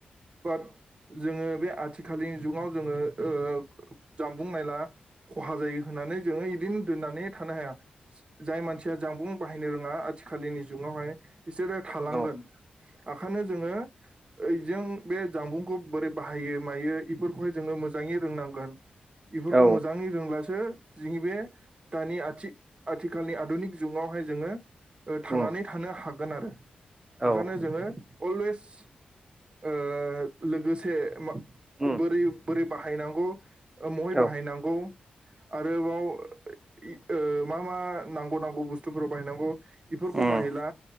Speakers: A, on the right (about 35°); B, on the right (about 20°).
A: बाट जोङो बे आथिखालनि जुगाव जोङो ओ जामबुं नायला खहा जायो होननानै जोङो इदिनो दोननानै थानो हाया ज-जाय मानसिया जामबुं बाहायनो रोङा आथिखालिनि जुगावहाय ईसोरो थालांगोन
B: औ
A: आखानो जोङो यैजों बे जामबुंखौ बोरै बाहायो मायो इफोरखौहाय जोङो मोजांइ रोंनांगोन बेफोरखौ
B: औ
A: मोजांयै रोंब्लासो जोंनि बे दानि आथि-आथिखालनि आदुनिख जुगावहाय जोङो ओ थांनानै
B: उम औ उम
A: थानो हागोन आरो
B: औ
A: ओखानो
B: उम
A: जोङो अलवेस ओ लोगोसे मा
B: औ
A: बोरै बोरै बाहायनांगौ ओ महै
B: औ
A: बाहायनांगौ आरोबाव ओ इ मा मा नांगौ नांगौ बुस थुफोरखौ बाहायनांगौ इफोरखौ
B: उम
A: बाहायला